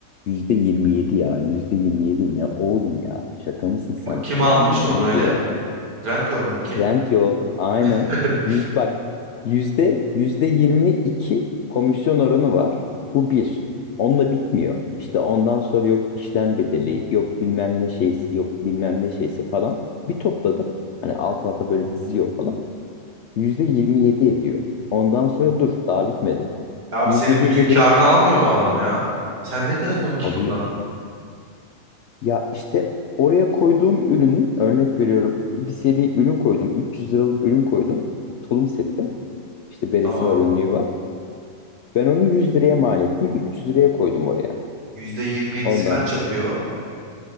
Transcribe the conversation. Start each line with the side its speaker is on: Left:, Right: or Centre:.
Left: Yüzde 27 ya. Yüzde 27 ne oğlum ya? Şaka mısın sen?
Right: Bak, Kim
Left: Yani
Right: almış
Left: yemin
Right: onu
Left: ediyorum.
Right: öyle? Trendyol mu? Kim?
Left: Trend yol aynen.
Right: <laughs>
Left: Yüz, bak yüzde yüzde 22 komisyon oranı var. Bu bir. Onunla bitmiyor. İşte ondan sonra yok işlem bedeli, yok bilmem ne şeysi, yok bilmem ne şeysi falan. Bir topladım. Hani alt alta böyle diziyor falan. Yüzde 27 ediyor. Ondan sonra dur daha bitmedi.
Right: Abi
Left: Yüzde
Right: senin
Left: bir
Right: bütün
Left: de
Right: karını
Left: direkt
Right: almıyor mu adam ya? Sen ne kazanıyorsun ki
Left: alıyor.
Right: bundan?
Left: Ya işte oraya koyduğum ürünü örnek veriyorum. Bir seri ürün koydum. 300 liralık ürün koydum. Tulum seti. İşte beresi
Right: Tamam.
Left: var, önlüğü var. Ben onu 100 liraya mal ettim. 300 liraya koydum oraya.
Right: %27'si
Left: Ondan
Right: kaç
Left: sonra
Right: yapıyor?